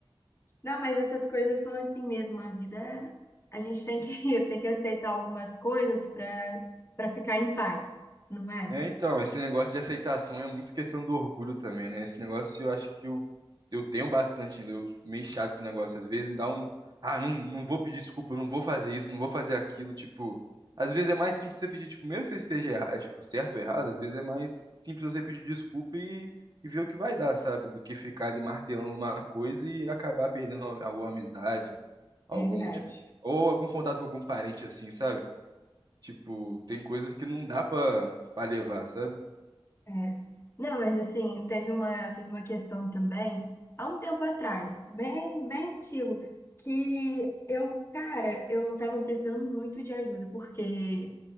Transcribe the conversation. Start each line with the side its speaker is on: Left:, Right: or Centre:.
Left: Não, mas essas coisas são assim mesmo, a vida, é- a gente tem que, <laughs> tem que aceitar algumas coisas para para ficar em paz, não é?
Right: É, então, esse negócio de aceitação é muito questão do orgulho também, né? Esse negócio eu acho que eu, eu tenho bastante ainda, eu meio chato esse negócio. Às vezes dá um, ah, não, não vou pedir desculpa, não vou fazer isso, não vou fazer aquilo, tipo, às vezes é mais simples você pedir, tipo, mesmo que você esteja erra- é, tipo, certo ou errado, às vezes é mais simples você pedir desculpa e, e ver o que vai dar, sabe? Do que ficar ali martelando uma coisa e acabar perdendo al- alguma amizade, algum,
Left: É verdade.
Right: tipo, ou algum contato com algum parente assim, sabe? Tipo, tem coisas que não dá pra, pra levar, sabe?
Left: É. Não, mas assim, teve uma, teve uma questão também, há um tempo atrás, bem, bem antigo, que eu, cara, eu tava precisando muito de ajuda, porque,